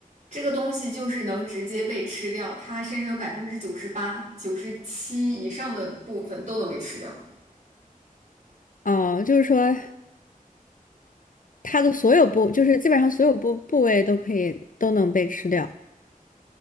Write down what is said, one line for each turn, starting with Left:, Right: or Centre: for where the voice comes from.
Right: 这个东西就是能直接被吃掉，它身上有百分之九十八、九十七以上的部分都能被吃掉，
Left: 哦，就是说它的所有部，就是基本上所有部部位都可以都能被吃掉。